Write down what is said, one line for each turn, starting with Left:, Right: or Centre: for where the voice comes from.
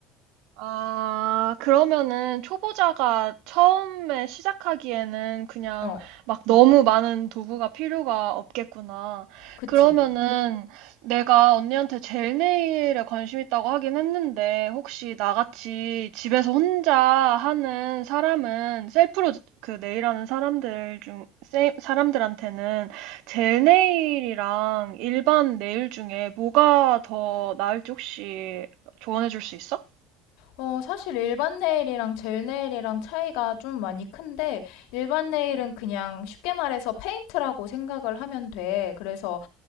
Right: 아, 그러면은 초보자가 처음에 시작하기에는 그냥
Left: 어,
Right: 막 너무 많은 도구가 필요가 없겠구나.
Left: 그치.
Right: 그러면은 내가 언니한테 젤네일에 관심 있다고 하긴 했는데 혹시 나같이 집에서 혼자 하는 사람은 셀프로 그 네일하는 사람들 중 세- 사람들한테는 젤네일이랑 일반 네일 중에 뭐가 더 나을지 혹시 조언해 줄 수 있어?
Left: 어, 사실 일반 네일이랑 젤 네일이랑 차이가 좀 많이 큰데, 일반 네일은 그냥 쉽게 말해서 페인트라고 생각을 하면 돼. 그래서